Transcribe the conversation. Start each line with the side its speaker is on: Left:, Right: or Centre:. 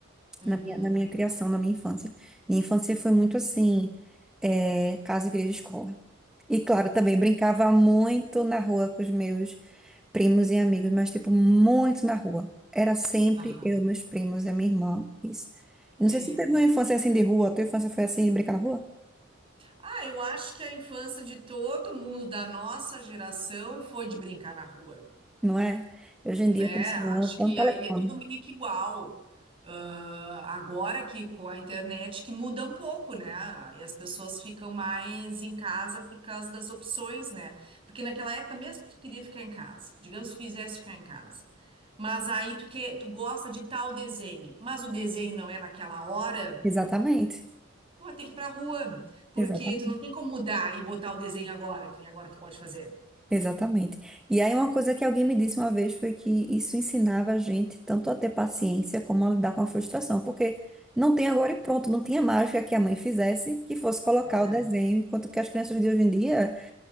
Right: uhum,
Centre: na minha, na minha criação, na minha infância. Minha infância foi muito assim, é, casa, igreja, escola. E claro, também brincava muito na rua com os meus primos e amigos, mas tipo, muito na rua. Era sempre
Right: aham,
Centre: eu, meus primos e a minha irmã. Isso. Eu
Right: sim.
Centre: Não sei se tu teve uma infância assim de rua, a tua infância foi assim de brincar na rua?
Right: Ah, eu acho que a infância de todo mundo da nossa geração foi de brincar na rua.
Centre: Não é? Hoje
Right: né?
Centre: em dia eu preciso
Right: Acho
Centre: ter
Right: que
Centre: um telefone.
Right: aí é tudo meio que igual. Ah, agora que com a internet que muda um pouco, né? Aí as pessoas ficam mais em casa por causa das opções, né? Porque naquela época mesmo tu queria ficar em casa, digamos que tu quisesse ficar em casa. Mas aí tu que tu gosta de tal desenho, mas o desenho não é naquela hora,
Centre: Exatamente.
Right: tu vai ter que ir pra rua, porque
Centre: Exatamente.
Right: tu não tem como mudar e botar o desenho agora, que nem agora tu pode fazer.
Centre: Exatamente. E aí uma coisa que alguém me disse uma vez foi que isso ensinava a gente tanto a ter paciência como a lidar com a frustração, porque não tem agora e pronto, não tinha mágica que a mãe fizesse que fosse colocar
Right: É.
Centre: o desenho, enquanto que as crianças de hoje em dia,